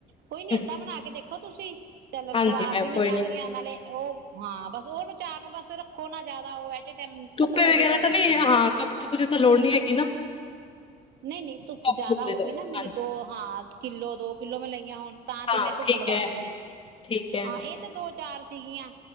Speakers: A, on the right; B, on the left.
A: ਕੋਈ ਨੀ
B: ਏ,
A: ਏਦਾਂ ਬਣਾ ਕੇ ਦੇਖੋ ਤੁਸੀਂ, ਚਲੋ
B: ਹਾਂਜੀ
A: ਖ਼ਰਾਬ
B: ਮੈਂ
A: ਵੀ ਨੀ
B: ਕੋਈ
A: ਜਾਣਗੀਆਂ, ਨਾਲੇ ਉਹ ਹਾਂ, ਬਸ ਉਹਨੂੰ ਚਾਰ ਨੂੰ ਬਸ ਰੱਖੋ ਨਾ ਜ਼ਿਆਦਾ। ਉਹ ਐ
B: ਧੁੱਪੇ
A: ਖਤਮ ਹੋ
B: ਵਗੈਰਾ
A: ਜਾਏਗਾ ਹੋਰ
B: ਤਾਂ ਨਹੀਂ
A: ਕੀ,
B: ਹਾਂ ਧੁੱਪ-ਧੁੱਪ ਦੀ ਤਾਂ ਲੋੜ ਨੀ ਹੈਗੀ ਨਾ
A: ਨਹੀਂ -ਨਹੀਂ ਧੁੱਪ
B: ਧੁੱਪ-ਧੁੱਪ
A: ਜਿਆਦਾ
B: ਦੀ
A: ਹੋਵੇ
B: ਤਾਂ
A: ਨਾ ਮੈਨੂੰ
B: ਹਾਂਜੀ
A: ਦੋ ਹਾਂ ਕਿੱਲੋ- ਦੋ- ਕਿੱਲੋ ਮੈਂ ਲਈਆਂ, ਹੋਣ ਤਾਂ
B: ਹਾਂ
A: ਤੇ ਮੈਂ ਧੁੱਪ
B: ਠੀਕ
A: ਲਵਾ
B: ਹੈ,
A: ਦਿੰਦੀ
B: ਠੀਕ ਹੈ,
A: ਹਾਂ, ਇਹ ਤੇ ਦੋ- ਚਾਰ ਘਾਰ ਸੀਗੀਆਂ।